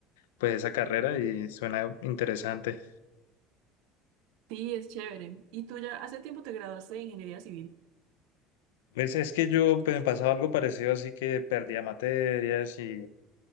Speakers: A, on the left; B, on the right.
A: pues esa carrera y suena interesante.
B: Sí, es chévere. ¿Y tú ya hace tiempo te graduaste de ingeniería civil?
A: Pues es que yo pues, me pasaba algo parecido, así que perdía materias y,